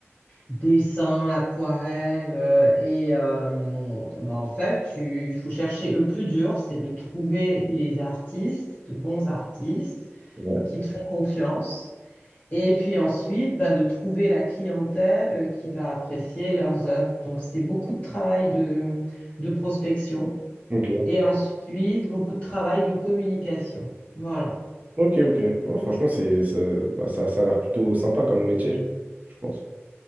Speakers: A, on the left; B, on the right.
A: dessin, aquarelle. euh, et euh, bah, en fait, tu- il faut chercher. Le plus dur, c'est de trouver les artistes, de bons artistes
B: Ouais.
A: qui te font confiance. Et puis ensuite, bah, de trouver la clientèle euh, qui va apprécier leurs œuvres. Donc, c'est beaucoup de travail de, de prospection
B: Ok,
A: et ensuite beaucoup de travail de communication. Voilà.
B: ok, ok. Ouais, franchement, c'est, ça, bah, ça, ça a l'air plutôt sympa comme métier, je pense.